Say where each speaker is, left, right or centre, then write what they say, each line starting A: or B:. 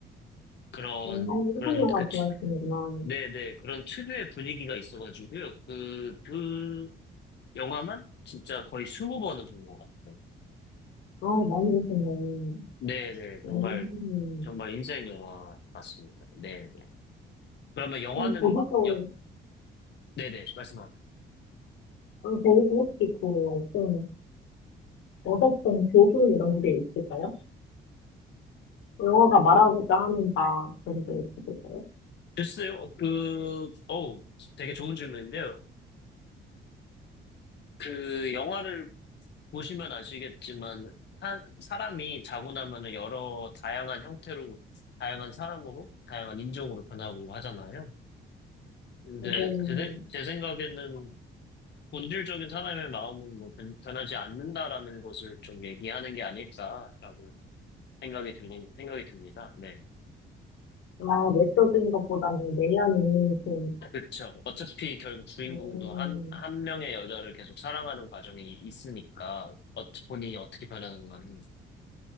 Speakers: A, on the left; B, on the left.
A: 그런
B: 음,
A: 그런
B: 일본 영화
A: 그 치-
B: 좋아하시는구나.
A: 네네 그런 특유의 분위기가 있어가지고요. 그 그 영화만 진짜 거의 스무 번은 본 것 같아요.
B: 아, 많이 보시네.
A: 네네.
B: 음,
A: 정말 정말 인생 영화 맞습니다. 네네. 그러면 영화는
B: 그럼 거기서,
A: 여, 네네 말씀하세요.
B: 아, 거기서 혹시 그, 좀, 얻었던 교훈 이런 게 있을까요? 영화가 말하고자 하는 바, 그런 게 있을까요?
A: 글쎄요, 그, 어 되게 좋은 질문인데요. 그, 영화를 보시면 아시겠지만, 한, 사람이 자고 나면은 여러 다양한 형태로, 다양한 사람으로, 다양한 인종으로 변하고 하잖아요. 근데
B: 네.
A: 제, 생- 제 생각에는 본질적인 사람의 마음은 뭐 변- 변하지 않는다라는 것을 좀 얘기하는 게 아닐까라고 생각이 들 생각이 듭니다. 네.
B: 아, 외적인 것보다는 내면이 좀,
A: 그쵸. 어차피 결국 주인공도
B: 음,
A: 한, 한 명의 여자를 계속 사랑하는 과정이 있으니까, 어, 본인이 어떻게 변하는가는